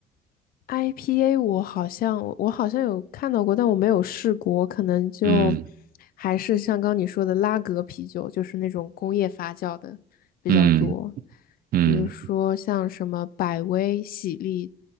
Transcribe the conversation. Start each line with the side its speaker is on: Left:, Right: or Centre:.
Left: ，IPA 我好像我好像有看到过，但我没有试过，我可能就
Right: 嗯
Left: 还是像刚你说的拉格啤酒，就是那种工业发酵的比较多，
Right: 嗯嗯
Left: 比如说像什么百威、喜力